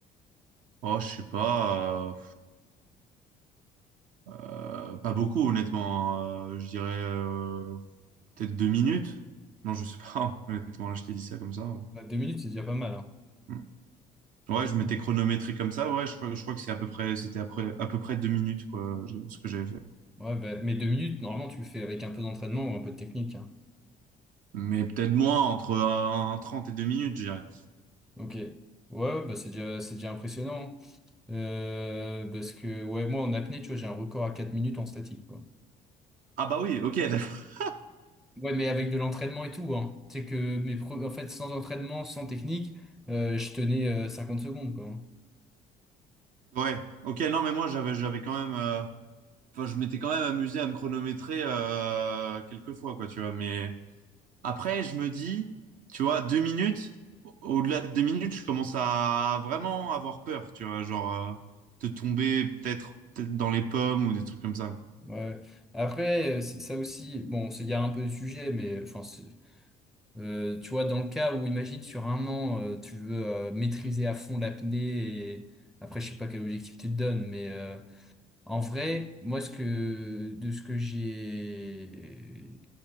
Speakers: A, on the right; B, in the centre.
A: oh, je sais pas, euh, euh, pas beaucoup, honnêtement. Euh, je dirais euh, peut-être deux minutes. Non, je sais pas, <laughs> honnêtement, là, je t'ai dit ça comme ça.
B: Bah, deux minutes, c'est déjà pas mal. Hein.
A: Mm. Ouais,
B: Deux
A: je m'étais
B: minutes.
A: chronométré comme ça. Ouais, je, crois- je crois que c'est à peu près, c'était après, à peu près deux minutes, quoi, je- ce que j'avais fait.
B: Ouais, bah, mais deux minutes, normalement, tu le fais avec un peu d'entraînement ou un peu de technique. hein.
A: Mais peut-être moins, entre un 30 et deux minutes, je dirais.
B: Ok. Ouais, ouais, bah c'est déjà, c'est déjà impressionnant. hein. Euh, parce que, ouais, moi, en apnée, tu vois, j'ai un record à 4 minutes en statique, quoi.
A: Ah, bah oui, ok. <laughs>
B: Ouais, mais avec de l'entraînement et tout, hein. C'est que, mes pre- en fait, sans entraînement, sans technique, euh, je tenais euh, 50 secondes, quoi. hein.
A: Ouais, ok, non, mais moi, j'avais, j'avais quand même. euh, Enfin, je m'étais quand même amusé à me chronométrer euh, quelques fois, quoi, tu vois. Mais après, je me dis, tu vois, deux minutes, au- au-delà de deux minutes, je commence à vraiment avoir peur, tu vois, genre euh, de tomber peut-être peut-être dans les pommes ou des trucs comme ça.
B: Ouais. Après, euh, c'est ça aussi, bon, on s'égare un peu du sujet, mais enfin, c'est- euh, tu vois, dans le cas où, imagine, sur un an, euh, tu veux euh, maîtriser à fond l'apnée et après, je sais pas quel objectif tu te donnes, mais. euh, En vrai, moi, ce que, de ce que j'ai,